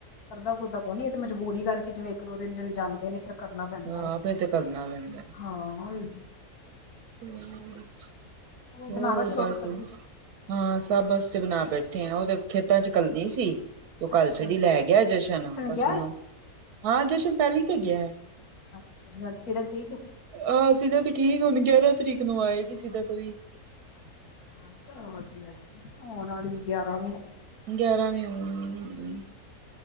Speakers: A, on the left; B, on the right.
A: ਕਰਦਾ ਕੁਰਦਾ ਕੋਈ ਨੀ, ਇਹ ਤੇ ਮਜਬੂਰੀ ਕਰਕੇ ਜਿਵੇਂ ਇੱਕ ਦੋ ਦਿਨ ਚੱਲ ਜਾਂਦੇ ਨੇ ਫਿਰ। ਕਰਨਾ ਪੈਂਦਾ
B: ਹਾਂ
A: ਹੈ
B: ਫੇਰ ਤੇ ਕਰਨਾ ਪੈਂਦਾ।
A: ਹਾਂ ਵੀ
B: ਹੂ
A: ਬਣਾ
B: ਹੋਰ
A: ਬੈਠੇ ਰੋਟੀ
B: ਬਸ
A: ਸਬਜ਼ੀ
B: ਹਾਂ ਸਭ ਵਾਸਤੇ ਬਣਾ ਬੈਠੇ ਆ ਉਹ ਤਾਂ ਖੇਤਾਂ ਚ ਕੱਲੀ ਸੀ। ਤੂੰ ਕੱਲ੍ਹ
A: ਅੱਛਾ
B: ਛੱਡੀ, ਲੈ ਗਿਆ ਏ ਜਸ਼ਨ ਨਾ ਬਸ
A: ਗਿਆ
B: ਉਹਨੂੰ।
A: ਏ
B: ਹਾਂ ਜਸ਼ਨ ਕੱਲ੍ਹ ਈ ਤੇ ਗਿਆ।
A: ਅੱਛਾ ਸੀਰਤ ਠੀਕ ਏ
B: ਆਹ ਸੀਧਾ ਕ ਠੀਕ, ਹੁਣ ਗਿਆਰਾਂ ਤਰੀਕ ਨੂੰ ਆਏਗੀ ਸਿਦਾ ਕੋਈ।
A: ਅੱਛਾ ਚੱਲ ਵਧੀਆ ਏ, ਆਉਣ ਵਾਲੀ ਏ ਗਿਆਰਾਂ ਵੀ।
B: ਗਿਆਰਾਂ ਵੀ ਊਂ-ਊਂ